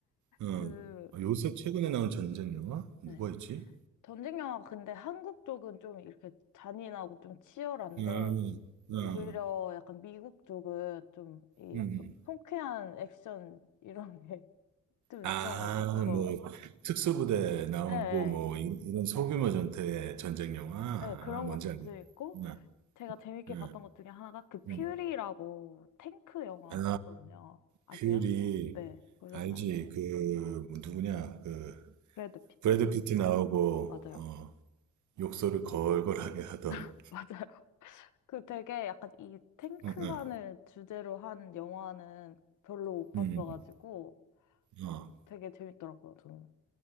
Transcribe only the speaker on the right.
어, 어.
아, 요새 최근에 나온 전쟁 영화? 뭐가
있지?
음, 음,
음.
아,
뭐 특수부대 나오고
뭐 이- 이런 소규모 전투의 전쟁 영화?
아, 뭔지
알겠다.
음,
음,
음.
아,
퓨리
알지 그 뭐 누구냐 그
브래드 피트 나오고
어 욕설을 걸걸하게 하던
응, 응.
음, 어,